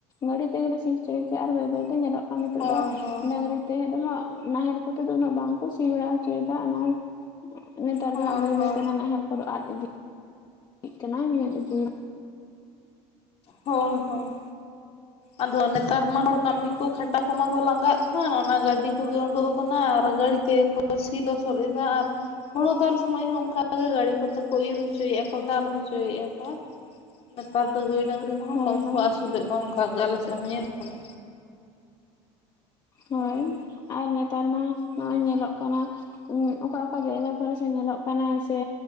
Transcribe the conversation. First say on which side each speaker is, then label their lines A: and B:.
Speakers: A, on the left (about 30°); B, on the left (about 50°).
A: ᱜᱟᱰᱤ ᱛᱮᱜᱮ ᱞᱮ ᱥᱤ ᱦᱚᱪᱚᱭ ᱜᱮᱭᱟ ᱟᱨ ᱵᱟᱹᱭ ᱵᱟᱹᱭ ᱛᱮ ᱧᱮᱞᱚᱜ ᱼᱼ ᱟᱨ ᱱᱤᱛᱚᱜ
B: ᱦᱳᱭ
A: ᱫᱚ
B: ᱦᱳᱭ
A: ᱰᱟᱝᱨᱤ ᱛᱮ ᱫᱚ ᱦᱟᱸᱜ ᱱᱟᱦᱮᱞ ᱠᱚᱛᱮ ᱫᱚ ᱩᱱᱟᱹᱜ ᱵᱟᱝᱠᱚ ᱥᱤ ᱵᱟᱲᱟ ᱦᱚᱪᱚᱭᱮᱫᱟ ᱚᱱᱟ ᱼᱼ ᱱᱮᱛᱟᱨ
B: ᱦᱳᱭ
A: ᱫᱚ ᱦᱟᱸᱜ ᱵᱟᱹᱭ
B: ᱦᱳᱭ
A: ᱵᱟᱹᱭ ᱛᱮ ᱚᱱᱟ ᱱᱟᱦᱮᱞ ᱠᱚ ᱫᱚ ᱟᱫ ᱤᱫᱤᱜ ᱠᱟᱱᱟ ᱧᱮᱞᱤᱫ ᱼᱼ
B: ᱦᱳᱭ ᱦᱳᱭ᱾ ᱟᱫᱚ ᱱᱮᱛᱟᱨ ᱢᱟ ᱦᱚᱲ ᱠᱟᱢᱤ ᱠᱚ ᱠᱷᱟᱴᱟ ᱠᱚᱢᱟ ᱠᱚ ᱞᱟᱸᱜᱟᱜ ᱠᱟᱱ ᱚᱱᱟ ᱜᱟᱰᱤ ᱠᱚᱜᱮ ᱳᱸᱰᱳᱜ ᱠᱟᱱᱟ ᱟᱨ ᱜᱟᱲᱤ ᱛᱮᱜᱮ ᱠᱚ ᱼᱼ ᱥᱤ ᱞᱚᱥᱚᱫ ᱮᱫᱟ ᱟᱨ ᱼᱼ ᱦᱳᱲᱳ ᱫᱟᱞ ᱥᱚᱢᱚᱭ ᱦᱚᱸ ᱚᱝᱠᱟᱜ ᱜᱮ ᱜᱟᱲᱤ ᱠᱚᱛᱮ ᱠᱚ ᱤᱨ ᱦᱚᱪᱚᱭᱮᱫᱼᱟ ᱠᱚ ᱫᱟᱞ ᱦᱚᱪᱚᱭᱮᱫᱼᱟ ᱠᱚ᱾ ᱱᱮᱛᱟᱨ ᱫᱚ ᱜᱟᱹᱭ ᱰᱟᱝᱨᱤ ᱠᱚᱦᱚᱸ
A: ᱦᱳᱭ
B: ᱠᱚᱢ
A: ᱦᱳᱭ
B: ᱠᱚ ᱟᱥᱩ ᱟᱥᱩᱞᱮᱜ ᱠᱚᱣᱟ ᱚᱝᱠᱟᱜ ᱜᱮ ᱟᱞᱮ ᱥᱮᱫ ᱦᱚᱸ ᱧᱮᱞ ᱠᱟᱱᱟ᱾
A: ᱦᱚᱭ
B: ᱦᱚᱸ
A: ᱟᱨ ᱱᱮᱛᱟᱨ ᱢᱟ ᱱᱚᱜᱼᱚᱭ ᱧᱮᱞᱚᱜ ᱠᱟᱱᱟ ᱼᱼ ᱚᱠᱟ ᱚᱠᱟ ᱡᱟᱭᱜᱟ ᱠᱚᱨᱮ ᱥᱮ ᱧᱮᱞᱚᱜ ᱠᱟᱱᱟ ᱥᱮ,